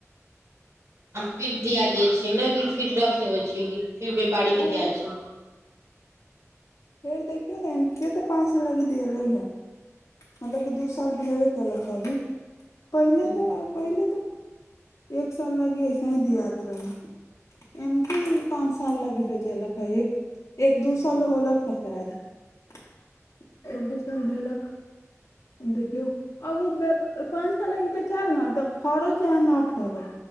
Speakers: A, on the right; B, on the left.
A: आ फिर दिया जाइ छै ने कि फिर रख लेबै छी फिर व्यापारी
B: ओ
A: के दिया छै
B: फेर देखियौ ने एम किए तऽ पाँच सौ लगि दियलै हे हमे एक दू साल भेबे कैलक स अभी पहिले
A: हूँ हूँ
B: तऽ पहिले तऽ एक साल लागियइ ऐसा ही दियात रहल एम कि पाँंच साल लागी बेचेलक है एक एक दू साल होलक क फैद <unintelligible> एक दू साल भेलक देखियौ आब ओ पाँच साल लागी बेचायल ने तऽ फरो चाहे न फरो